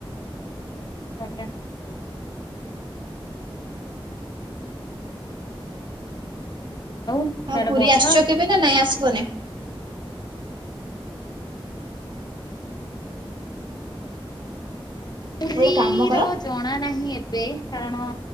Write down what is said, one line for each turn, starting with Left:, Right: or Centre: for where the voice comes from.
Left: ବଢିଆ। ସିଆଡେ
Right: ଆଉ ପୁରୀ
Left: ବର୍ଷା
Right: ଆସିଛ
Left: ହଉଛି?
Right: କେବେ ନା ନାଇଁ ଆସିବନି?
Left: ପୁରୀର
Right: ଗୋଟେ କାମ କର
Left: ଜଣା ନାହିଁ ଏବେ କାରଣ